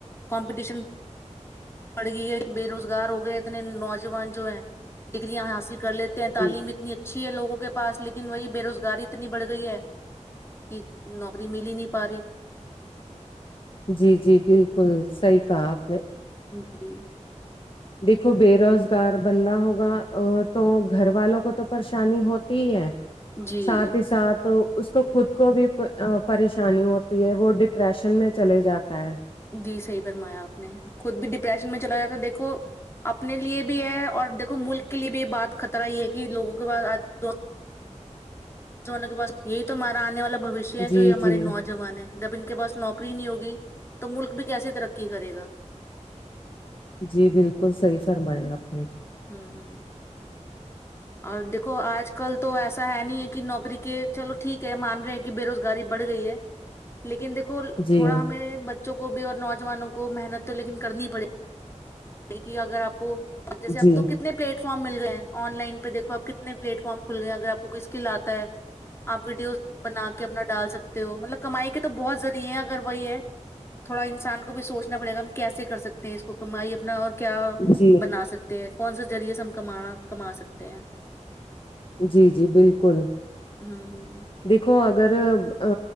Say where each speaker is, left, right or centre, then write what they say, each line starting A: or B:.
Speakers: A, on the left; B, on the left.
A: کمپیٹیشن پڑ گئی ہے بے روزگار ہو گئے اتنے نوجوان جو ہے ڈگریاں حاصل کر لیتے تعلیم
B: جی
A: اتنی اچھی ہے لوگوں کے پاس لیکن وہی بے روزگاری اتنی بڑھ گئی ہے کی نوکری مل ہی نہیں پا رہی
B: جی جی بالکل صحیح کہا آپ نے
A: جی
B: دیکھو بے روزگار بندہ ہوگا تو گھر والوں کو تو پریشانی ہوتی ہی ہے
A: جی
B: ساتھ ہی ساتھ اس کو خود کو بھی پریشانی ہوتی ہے وہ ڈپریشن میں چلے جاتا ہے
A: جی صحیح فرمایا آپ نے خود بھی ڈپریشن میں چلا گیا دیکھو اپنے لیے بھی ہے اور دیکھو ملک کے لیے بھی یہ بات خطرہ ہی ہے کہ لوگوں کے بعد دو جوانوں کے پاس یہی تو ہمارا آنے والا بھویشیہ ہے
B: جی
A: جو یہ ہماری
B: جی
A: نو جوان ہے جب ان کے پاس نوکری نہیں ہوگی تو ملک بھی کیسے ترقی کرے گا
B: جی بالکل صحیح فرمایا آپ نے
A: ہوں ہوں اور دیکھو آج کل تو ایسا ہے نہیں ہے کہ نوکری کے چلو ٹھیک ہے مان رہے ہیں کہ بے روزگاری بڑھ گئی ہے لیکن دیکھو
B: جی
A: تھوڑا ہمیں بچوں کو بھی اور نوجوانوں کو محنت تو لیکن کرنی پڑے د اگر آپ کو جیسے آپ
B: جی
A: تو کتنے کتنے پلیٹ فارم مل گئے ہیں ان لائن پہ دیکو آپ کتنے پلیٹ فارم کھل گئے ہیں اگر آپ کوئی اسکل آتا ہے آپ ویڈیوز بنا کے اپنا ڈال سکتے ہو مطلب کمائی کے تو بہت ذریعے ہیں اگر وہی ہے تھوڑا انسان کو بھی سوچنا پڑیگا ہم کیسے کر سکتے ہیں اس کو کمائی اب اپنا اور کیا
B: جی
A: بنا سکتے ہیں کون سا ذریعے سے ہم کما کما سکتے ہیں
B: جی جی بالکل
A: ہوں ہ
B: دیکھو اگر ا